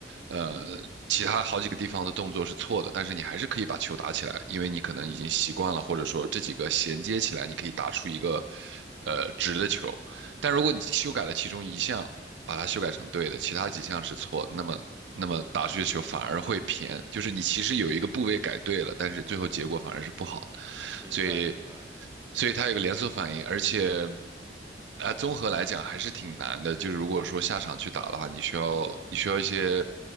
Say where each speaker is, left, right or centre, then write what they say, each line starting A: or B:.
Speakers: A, on the right; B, on the right.
A: 呃，其他好几个地方的动作是错的，但是你还是可以把球打起来，因为你可能已经习惯了，或者说这几个衔接起来，你可以打出一个呃直的球。但如果你修改了其中一项，把它修改成对的，其他几项是错的那么那么打出去的球反而会偏，
B: 嗯嗯，
A: 就是你其实有一个部位改对了，但是最后结果反而是不好的。
B: 明白明白。
A: 所以，所以它有个连锁反应，而且，啊，综合来讲还是挺难的。就是如果说下场去打的话，你需要你需要一些